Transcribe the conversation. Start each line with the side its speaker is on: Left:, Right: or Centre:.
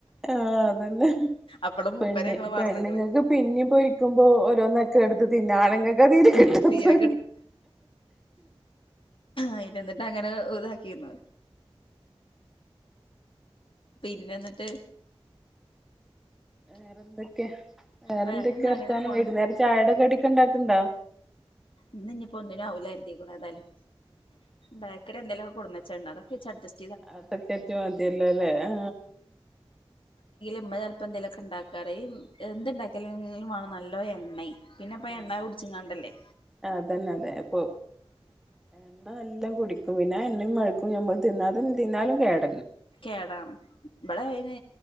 Centre: ആ അതന്നെ
Left: അപ്പളും
Centre: പെണ്
Left: മൂപ്പര് ഞങ്ങളെ മറന്ന്ക്ക്ണ്
Centre: പെണ്ണുങ്ങൾക്ക് പിന്നും പൊരിക്കുമ്പോ ഓരോന്നൊക്കെ എടുത്ത് തിന്ന ആണുങ്ങൾക്ക് അണ് തിരെ കിടത്തെ
Left: തീരെ അയില്എന്നിട്ട് അങ്ങനെ ഇതാക്കിരുന്നു പിന്നെ എന്നിട്ട്
Centre: വേറെ എന്തൊക്കെ വേറെ
Left: വേറെന്താ
Centre: എന്തൊക്കെ വർത്താനം
Left: അങ്ങനെ പോണ്
Centre: വൈകുന്നേരം ചായയുടെ കടി ഒക്കെ ഉണ്ടാക്കണ്ടോ
Left: ഇന്ന് ഇനിയിപ്പോ ഒന്നിനും ആവൂലാര്തി ഏതാലും ബേക്കറി എന്തെങ്കിലുംക്കെ കൊട്ന്ന് വച്ചത് ഉണ്ടാക്കു അത് വെച്ച് അജ്സ്റ്റ്
Centre: അതൊക്കെറ്റി മതില്ലോല്ലേ ആ
Left: ഉമ്മചെലപ്പ എന്തയിലൊക്കെ ഉണ്ടാക്കാറ് ഇ മ് എന്തുണ്ടാക്കി യായെങ്കിലുംമാണം നല്ലോ എണ്ണയ് പിന്നെപ്പ
Centre: ആഹ്
Left: എണ്ണ കുടിച്ചിങ്ങാണ്ടല്ലേ
Centre: അതന്നെ അതെ അപ്പൊ എന്നാ ല്ലാം കുടിക്കും പിന്നെ ന്‌ മഴക്കും ഞമ്മൾ തിന്നാലും തിന്നാലും കേട്
Left: കേടാണ് ബടെ ഐന്